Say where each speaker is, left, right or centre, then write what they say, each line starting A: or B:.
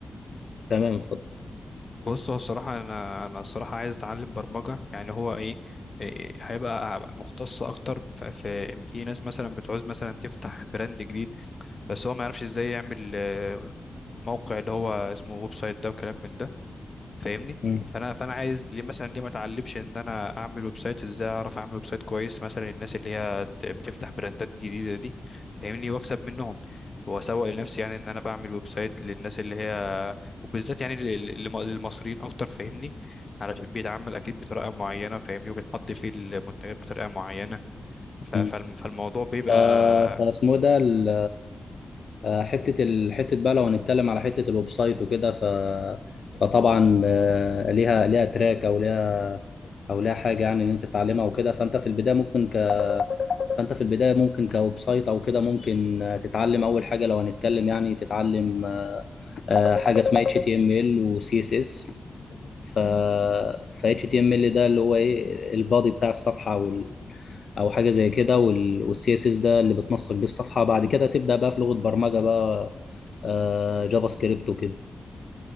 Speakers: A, on the left; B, on the left.
A: تمام اتفضل
B: بص هو الصراحه انا انا الصراحه عايز اتعلم برمجه يعني هو ايه إيه، هيبقى هبقى مختص اكتر ف- في في ناس مثلا بتعوز مثلا تفتح براند جديد بس هو ما يعرفش ازاي يعمل آه، موقع اللي هو اسمه ويب سايت ده وكلام من ده فاهمني
A: مم.
B: فانا فانا عايز ليه مثلا ليه ما اتعلمش ان انا اعمل ويب سايت ازاي اعرف اعمل ويب سايت كويس مثلا الناس اللي هي ت- بتفتح براندات جديده دي فاهمني واكسب منهم واسوق لنفسي يعني ان انا بعمل ويب سايت للناس اللي هي وبالذات يعني لل- للم- للمصريين اكتر فاهمني علشان بيتعامل اكيد بطريقه معينه فاهمني وبيحط فيه المنتجات بطريقه معينه
A: مم.
B: ف- فالم- فالموضوع بيبقى
A: ف... فاسمه ده ال... آه، حتة ال... حتة بقى لو هنتكلم على حتة الويب سايت وكده ف... فطبعا آه، ليها ليها تراك او ليها او ليها حاجة يعني ان انت تتعلمها وكده فانت في البداية ممكن ك... فانت في البداية ممكن كويب سايت او كده ممكن آه، تتعلم اول حاجة لو هنتكلم يعني تتعلم آه، حاجة اسمها HTML و CSS ف ف HTML ده اللي هو ايه البادي بتاع الصفحه وال او حاجه زي كده وال... والسي اس اس ده اللي بتنسق بيه الصفحه بعد كده تبدا بقى في لغه برمجه بقى آه جافا سكريبت وكده